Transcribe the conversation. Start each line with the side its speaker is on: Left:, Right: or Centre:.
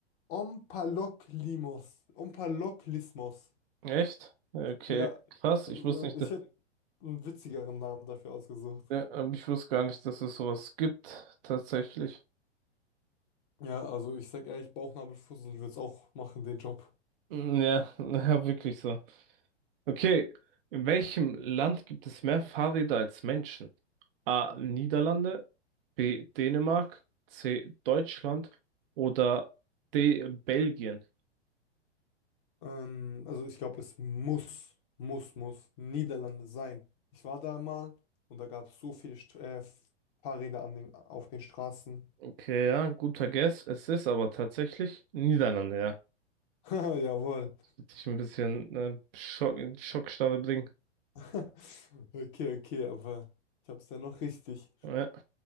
Left: Omphaloklimos. Omphaloklismos.
Right: Echt? Okay,
Left: Ja,
Right: krass.
Left: also
Right: Ich wusste nicht,
Left: ich hätte einen witzigeren Namen dafür ausgesucht.
Right: Ja, aber ich wusste gar nicht, dass es sowas gibt, tatsächlich.
Left: Ja, also ich sag ehrlich, Bauchnabelfussel wird's auch machen, den Job.
Right: Mm, Ja, <laughs> ja, wirklich so. Okay, in welchem Land gibt es mehr Fahrräder als Menschen? A. Niederlande, B. Dänemark, C. Deutschland oder D. Belgien.
Left: Ähm, also ich glaube, es muss, muss, muss Niederlande sein. Ich war da mal und da gab es so viele St äh, Fahrräder an den, auf den Straßen.
Right: Okay, ja, guter Guess. Es ist aber tatsächlich Niederlande, ja.
Left: <laughs> Haha, Jawohl.
Right: Hätte ich ein bisschen äh, Schock, in Schockstarre bringen.
Left: <laughs> Okay, okay, aber ich hab's ja noch richtig.
Right: Ja.